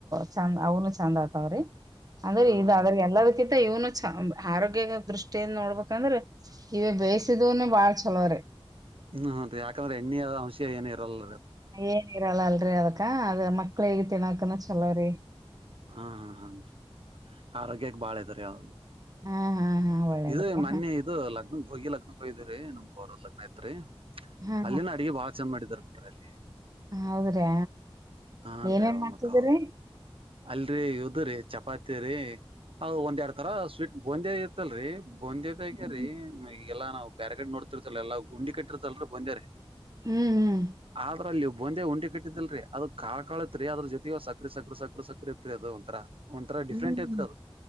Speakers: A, on the right; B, on the right.
A: ಚಂದ ಅವ್ನು ಚಂದ ಆತವ್ರಿ ಅದ್ರೆ
B: ಹಾ,
A: ಇದು
B: ಹಾ,
A: ಆದದ್ರ
B: ಹಾ.
A: ಎಲ್ಲದಕ್ಕಿಂತ ಇವನು ಆರೋಗ್ಯ ದೃಷ್ಟಿಯಿಂದ ನೋಡ್ಬೇಕಂದ್ರೆ ಇವ ಬೇಯಿಸಿದ್ನನೆ ಬಾಳ್ ಚಲೋರ
B: ಹ್ಮ್ ಯಾಕಂದ್ರೆ ಎಣ್ಣೆಯ ಅಂಶ ಏನ ಇರಲ್ಲ
A: ಏನ್ ಇರಲ್ಲ ಅಲ್ರಿ ಅದಕ್ಕ ಅದ ಮಕ್ಳ ಹೇಗ ತಿನ್ನಾಕನ ಚಲೋವ್ರರಿ
B: ಹಾ ಹಾ ಹ ಆರೋಗ್ಯಕ್ ಬಾಳ ಇದದ ರೀ ಅವದು
A: ಹಾ ಹಾ ಹಾ ಒಳ್ಳೇದ್ರಿ
B: ಇದು ಮೊನ್ನಿ
A: ಹಾ
B: ಇದು ಲಗ್ನ ಹೋಗಿ ಲಗ್ನಕ್ಕೆಯ್ದಿರಿ ನಮ್ ಅವರ್ ಲಗ್ನ ಐತ್ರಿ
A: ಹಾ
B: ಅಲ್ಲಿನ ಅಡಗೆ ಭಾ ಚಂದ ಮಾಡಿದಾರ್ ಬಿಟ್ರೆ ಅಲ್ಲಿ
A: ಹೌದ್ರಿ
B: ಹಾನ್ರಿ
A: ಏನೇನ್
B: ಅವ
A: ಮಾಡ್ತಿದ್ರೀ
B: ಮತ್ ಅಲ್ರರಿ ಇದು್ರೀ ಚಪಾತಿ ರೀ ಹ ಒಂದ್ ಎರಡ್ ತರ ಸ್ವೀಟ್ ಬಂದೇದ್ ಇತ್ತಲ್ರರಿ ಬಂದೇದಗ್ಯರೀ
A: ಹ್ಮ್
B: ಎಲ್ಲಾ ನಾವವು ಪ್ಯಾರಗೇಡ್ ನೋಡ್ತಿರ್ತಲ್ಲ ಎಲ್ಲ ಗುಂಡಿ ಕಟ್ಟಿರ್ತಲ್ ಬಂದಾರೆ
A: ಹ್ಮ್
B: ಆದ್ರಲ್ಲಿ ಒಂದೇ ಉಂಡಿ ಕಟ್ಟಿದಿಲ್ರರಿ ಅದು ಕಾ ಕಾತ್ರಿ ಅದ್ರ ಜೊತೆಗ ಸಕ್ರ ಸಕ್ರ ಸಕ್ರ ಸಕ್ರ ಇತ್ರಿ ಅದ ಒಂಥರ ಒಂಂತರ ಡಿಫ್ರೆಂಟ್
A: ಹ್ಮ್
B: ಐತ್ರಿ ಅದು